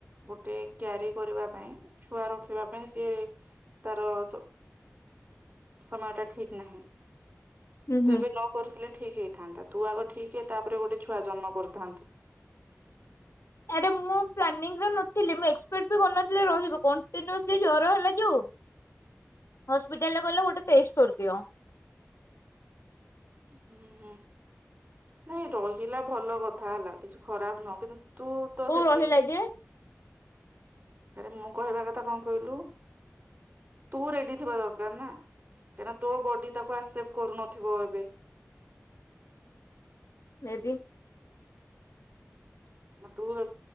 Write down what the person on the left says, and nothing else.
ହୁଁ
ହୁଁ
ଆରେ ମୁଁ ପ୍ଲାନିଂ ରେ ନଥିଲି ମୁଁ ଏକ୍ସପେଟ ବି ଭଲନଥିଲ ରହିବ କଅଣ୍ଟନିଅସ ଜର ହେଲା ଯୋଉ ହସ୍ପିଟାଲ ରେ ଗଲେ ଗୋଟେ ଟେଷ୍ଟ କରିଦିଅ
କୋଉ
ରହିଲା ଯେ
ମେ ବି